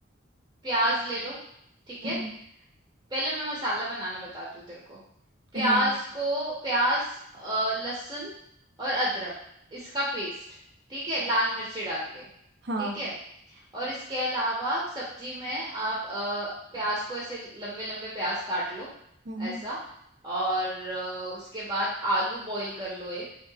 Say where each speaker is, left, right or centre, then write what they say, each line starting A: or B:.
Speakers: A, on the right; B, on the right.
A: प्याज ले लो ठीक
B: हम्म,
A: है पहले मैं मसाला बनाना बताती हूँ तेरे को प्याज
B: हाँ
A: को प्याज अ, लहसुन और अदरक इसका पेस्ट ठीक है लाल मिर्ची डाल के
B: हाँ
A: ठीक है और इसके अलावा सब्जी में आप अ, प्याज को ऐसे लंबे लंबे प्याज काट लो
B: हम्म
A: ऐसा और अ, उसके बाद आलू बॉईल कर लो एक